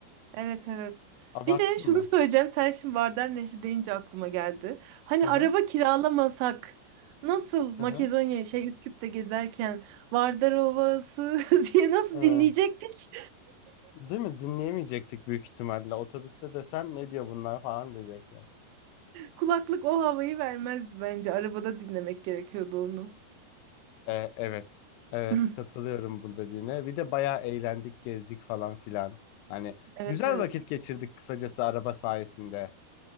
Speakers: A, on the right (about 85°); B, on the left (about 85°).
A: Evet evet.
B: Abarttım
A: Bir de şunu
B: mı?
A: söyleyeceğim. Sen şimdi Vardar Nehri deyince aklıma geldi. Hani
B: Hı hı.
A: araba kiralamasak nasıl
B: Hı
A: Makedonya
B: hı.
A: şey Üsküp'te gezerken Vardar Ovası <laughs> diye nasıl
B: Hı.
A: dinleyecektik?
B: Değil mi? Dinleyemeyecektik büyük ihtimalle. Otobüste desen ne diyor bunlar falan diyecekler.
A: Kulaklık o havayı vermezdi bence. Arabada dinlemek gerekiyordu onu.
B: E, evet. Evet,
A: <clears throat>
B: katılıyorum bu dediğine. Bir de bayağı eğlendik, gezdik falan filan. Hani
A: Evet
B: güzel
A: evet.
B: vakit geçirdik kısacası araba sayesinde.